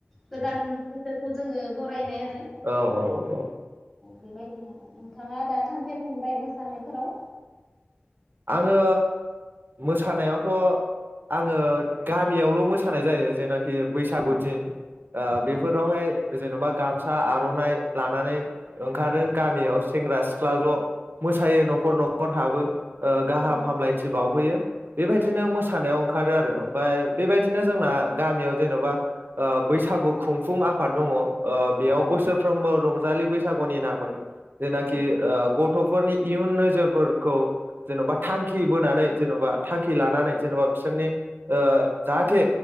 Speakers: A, in the centre; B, on the right.
A: गोदान बोसोरखौ जोङो बरायनाय आरो
B: औ औ औ औ
A: बेबायदिनो आरो नोंथाङा दा थांफेरनो मोनबाय नामा सानायफोराव
B: आङो मोसानायावथ' आङो गामियावल' मोसानाय जायो जेनाखि बैसागु
A: औ
B: थिं बेफोरावहाय
A: औ
B: जेन'बा गामसा आर'नाइ लानानै ओंखारो गामियाव सेंग्रा सिख्ला ज' मोसायो न'खर न'खर हाबो। ओ गाहाम
A: औ
B: हामलायथि बावहोयो बेबायदिनो मोसानायाव ओंखारो आरो ओमफाय बेबायदिनो जोंना गामियाव जेन'बा बैसागु खुंफुं आफाद दङ ओ बेयाव
A: औ
B: बोसोरफ्रोमबो रंजायो रंजालि बैसागुनि नामै जेनाखि
A: औ
B: गथ'फोरनि इयुन नोजोरफोरखौ जेन'बा थांखि
A: औ
B: बोनानै जेन'बा थांखि लानानै जेनेबा बिसोरनि ओ- जाहाथे